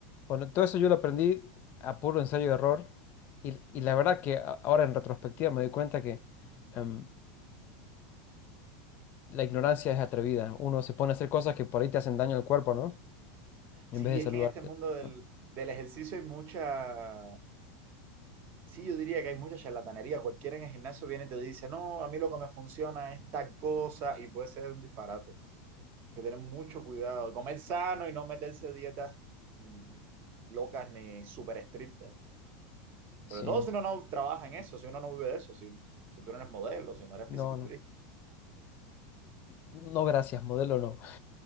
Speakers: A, on the left; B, on the right.
A: Bueno, todo eso yo lo aprendí a puro ensayo y error. Y, y la verdad que a- ahora en retrospectiva me doy cuenta que em, la ignorancia es atrevida. Uno se pone a hacer cosas que por ahí te hacen daño al cuerpo, ¿no? En
B: Sí,
A: vez de saludarte.
B: es que en este mundo del,
A: Bueno,
B: del ejercicio hay mucha, Sí, yo diría que hay mucha charlatanería. Cualquiera en el gimnasio viene y te dice, no, a mí lo que me funciona es tal cosa y puede ser un disparate. Hay que tener mucho cuidado, comer sano y no meterse dietas mm, locas ni súper estrictas. Sobre
A: sí,
B: todo si uno no trabaja en eso, si uno no vive de eso, si, si tú no eres modelo, si no eres
A: no,
B: fisiculturista.
A: no. No, gracias, modelo no.